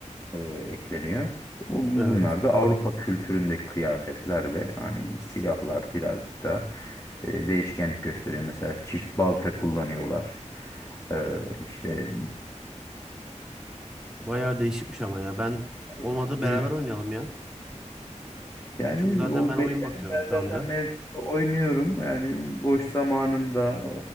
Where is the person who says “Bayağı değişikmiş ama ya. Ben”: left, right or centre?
Centre